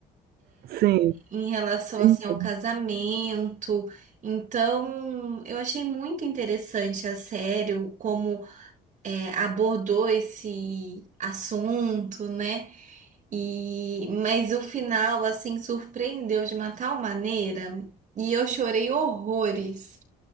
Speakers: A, on the right (about 65°); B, on the right (about 45°).
A: Sim,
B: em relação
A: sim,
B: assim
A: sim.
B: ao casamento. Então, eu achei muito interessante a série o- como é, abordou esse assunto, né? E mas o final assim surpreendeu de uma tal maneira e eu chorei horrores